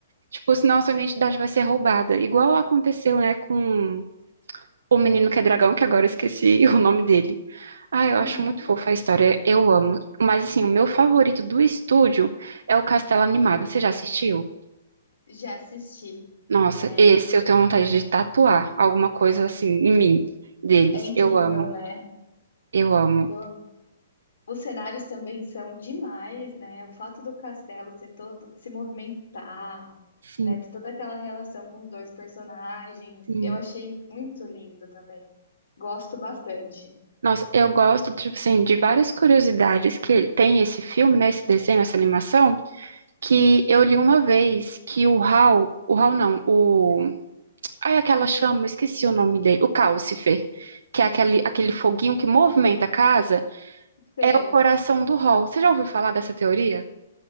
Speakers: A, on the right; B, on the left.
A: tipo, senão a sua identidade vai ser roubada, igual aconteceu, né, com o menino que é dragão, que agora eu esqueci <laughs> o nome dele. Ah,
B: uhum.
A: eu acho muito fofa a história, eu amo, mas assim, o meu favorito do estúdio é o Castelo Animado, você já assistiu?
B: Já assisti.
A: Nossa,
B: É,
A: esse eu tenho vontade de tatuar alguma coisa assim em mim, deles.
B: é incrível,
A: Eu amo,
B: né?
A: eu amo.
B: Eu, os cenários também são demais, né? O fato do castelo ser todo, se movimentar,
A: Sim,
B: né? Ter toda aquela relação com os dois personagens.
A: sim.
B: Eu achei muito lindo também. Gosto bastante.
A: Nossa, eu gosto, tipo assim, de várias curiosidades que ele- tem esse filme, né, esse desenho, essa animação, que eu li uma vez que o Hal, o Hal não, o... Ai, aquela chama, esqueci o nome dele, o Calcifer, que é aquele, aquele foguinho que movimenta a casa,
B: Sei.
A: é o coração do Hal. Você já ouviu falar dessa teoria?